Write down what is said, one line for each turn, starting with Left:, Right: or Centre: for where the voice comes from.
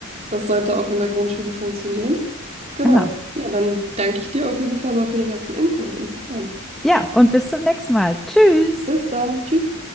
Right: das sollte auch in der Grundschule funktionieren. Genau.
Centre: Genau.
Right: Ja, dann danke ich dir auf jeden Fall mal für den ganzen Input. Interessant.
Centre: Ja, und bis zum nächsten Mal. Tschüss.
Right: Bis dann. Tschüss.